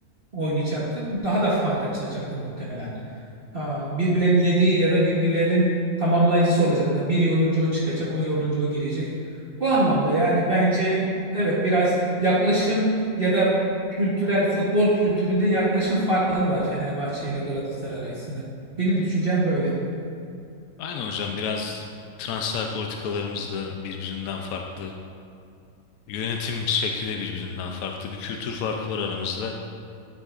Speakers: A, on the right; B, on the left.
A: oynayacaktı. Daha da fark açılacaktı muhtemelen. Aa, birbirlerinin yediği ya da birbirlerinin tamamlayıcısı olacaklar. Biri yorulunca o çıkacak, o yorulunca o girecek. Bu anlamda yani bence evet biraz yaklaşım ya da kültürel futbol kültüründe yaklaşım farkları var Fenerbahçe ile Galatasaray arasında. Benim düşüncem böyle.
B: Aynen hocam biraz transfer politikalarımız da birbirinden farklı. Yönetim şekli de birbirinden farklı. Bir kültür farkı var aramızda.